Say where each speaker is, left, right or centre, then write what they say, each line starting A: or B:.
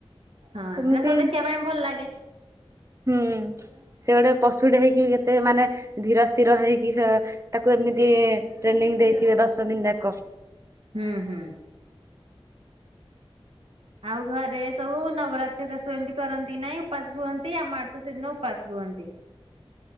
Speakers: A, on the right; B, on the right.
A: ହଁ
B: ଏମିତି
A: ସେଟା ସବୁ ଦେଖିବା ପାଇଁ ଭଲ ଲାଗେ।
B: ହୁଁ ସେ ଗୋଟେ ପଶୁଟେ ହେଇକି କେତେ ମାନେ ଧୀର ସ୍ଥିର ହେଇକି ସେ ତାକୁ ଏମିତି ଟ୍ରେନିଂ ଦେଇଥିବେ ଦଶ ଦିନ ଯାକ।
A: ହୁଁ ହୁଁ। ଆଉ ଘରେ ସବୁ ନବରାତ୍ରି ହେରିକା ସବୁ କରନ୍ତି ନାହିଁ ଉପାସ ରୁହନ୍ତି ଆମ ଆଡେ ତ ସେଦିନ ଉପାସ ରୁହନ୍ତି।